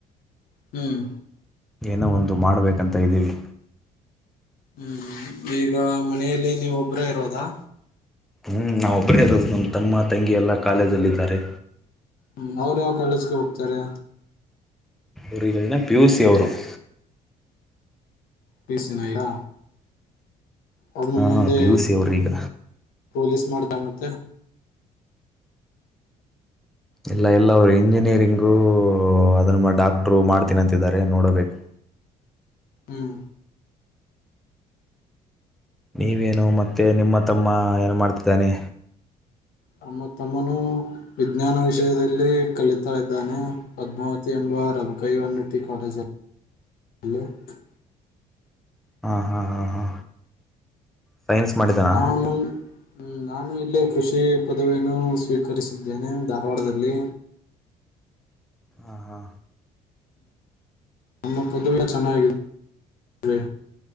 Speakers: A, on the left; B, in the centre.
A: ಹ್ಮ್
B: ಏನೋ ಒಂದು ಮಾಡಬೇಕಂತ ಇದ್ದೀವಿ
A: ಹ್ಮ್ ಈಗ ಮನೆಯಲ್ಲಿ ನೀವು ಒಬ್ಬರೇ ಇರೋದಾ
B: ಹ್ಮ್ ನಾವ್ ಒಬ್ರೆ ಇರೋದು ನಮ್ಮ ತಮ್ಮ ತಂಗಿ ಎಲ್ಲ ಕಾಲೇಜಲ್ಲಿದ್ದಾರೆ
A: ಹ್ಮ ಅವ್ರ ಯಾವ ಕಾಲೇಜ್ಗೆ ಹೋಗ್ತಾರೆ
B: ಊರಿಗಳನ್ನ ಪಿಯುಸಿ ಅವರು -
A: ಪಿಯುಸಿ ನಾ ಎಲ್ಲ ಅವ್ರ
B: ಹಾಂ
A: ಮುಂದೆ
B: ಪಿ ಯು ಸಿ ಅವ್ರೀಗ
A: ಪೊಲೀಸ್ ಮಾಡ್ತ ಹ್ಮ್ ಮತ್ತೆ
B: ಎಲ್ಲ ಎಲ್ಲ ಅವರು ಇಂಜಿನಿಯರಿಂಗು ಅದ್ರ ಡಾಕ್ಟರು ಮಾಡ್ತೀನಿ ಅಂತಿದ್ದಾರೆ ರೆ ನೋಡಬೇಕು
A: ಹ್ಮ್
B: ನೀವೇನು ಮತ್ತೆ ನಿಮ್ಮ ತಮ್ಮ ಏನ್ ಮಾಡ್ತ ತನೆ
A: ನಮ್ಮ ತಮ್ಮನು ವಿಜ್ಞಾನ ವಿಷಯದಲ್ಲಿ ಕಲಿತಾ ಇದ್ದಾನೆ ಪದ್ಮಾವತಿ ಎಂಬ ರಬುಕೈ ವನ್ನಟ್ಟಿ ಕಾಲೇಜಲ್ಲಿ <unintelligible>
B: ಹಾ ಹಾ ಹಾ ಹಾ ಸೈನ್ಸ್ ಮಾಡಿದ್ದಾನ
A: ನಾನು ನಾನು ಇಲ್ಲೇ ಕೃಷಿ ಪದವಿಯನ್ನು ಸ್ವೀಕರಿಸಿದ್ದೇನೆ ಧಾರವಾಡದಲ್ಲಿ
B: ಹಾ ಹಾ
A: ನಮ್ಮ ಪದುವೆಯ ಚೆನ್ನಾಗಿದೆ